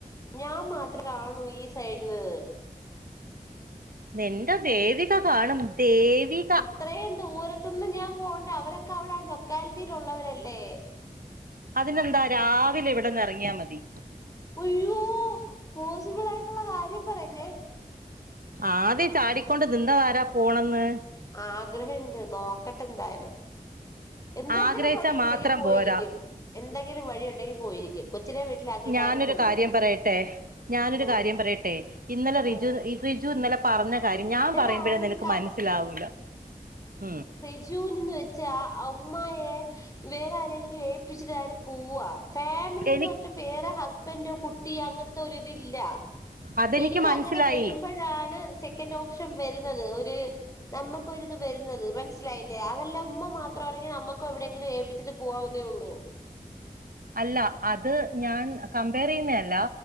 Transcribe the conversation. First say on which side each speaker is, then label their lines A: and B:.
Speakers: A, on the left; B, on the right.
A: ഞാൻ മാത്രേ കാണൂ ഈ സൈഡിൽ നിന്ന്
B: നിന്റെ ദേവിക കാണും ദേവി
A: ഇത്രയും ദൂരത്തുന്ന് ഞാൻ പോകണ്ടേ അവരൊക്കെ അവിടെ ലൊക്കാലിറ്റിയി ൽ ഉള്ളള്ളവരല്ലേ
B: അതിനെന്താ രാവിലെ ഇവിടെന്ന് ഇറങ്ങിയാ മതി
A: അയ്യോ പോസിബിൾ ആയിട്ടുള്ള കാര്യം പറഞ്ഞേ
B: ആദ്യം ചാടിക്കൊണ്ട് നിന്നതാരാ പോണംന്ന്
A: ആഗ്രഹണ്ട് നോക്കട്ടെ എന്തായാലും എന്തെങ്കിലും
B: ആഗ്രഹിച്ചാ
A: വഴിയുണ്ടെങ്കിൽ
B: മാത്രം
A: പോയിരിക്കും
B: പോരാ
A: എന്തെങ്കിലും വഴി ഉണ്ടെങ്കിൽ പോയിരിക്കും കൊച്ചിനെ വീട്ടിലാക്കിയിട്ടായാലും
B: ഞാനൊരു
A: പോയിരിക്കും
B: കാര്യം പറയട്ടെ ഞാനൊരു
A: ഉം
B: കാര്യം പറയട്ടെ ഇന്നലെ റിജു
A: ആഹ്
B: റിജു ഇന്നലെ പറഞ്ഞ കാര്യം ഞാൻ
A: എടാ
B: പറയുമ്പോഴേ
A: അതൊരു
B: നിനക്ക് മനസ്സിലാവൂല ഉം
A: റിജൂന് എന്ന് വെച്ച അമ്മയെ വേറെ ആരെങ്കിലും ഏൽപ്പിച്ചിട്ടായാലും പോവാ ഫാമിലിന്ന്
B: എനി
A: പറഞ്ഞിട്ട് വേറെ ഹസ്ബന്റോ കുട്ടിയോ അങ്ങനത്തെ ഒരിതില്ല
B: അതെനിക്ക്
A: എനിക്ക്
B: മനസ്സിലായി
A: അങ്ങനെ വരുമ്പോഴ ഴാണ് സെക്കൻഡ് ഓപ്ഷൻ വരുന്നത് ഒരു നമുക്ക് ഒരിത് വരുന്നത് മനസിലായില്ലേ അതല്ലാ ഉമ്മ മാത്രമാണെങ്കിൽ നമുക്കും എവിടെയങ്കിലും ഏൽപി പിച്ചിട്ട് പോകാവുന്നേ ഉള്ളൂ
B: അല്ല അത് ഞാൻ കമ്പയർ ചെയ്യുന്നതല്ല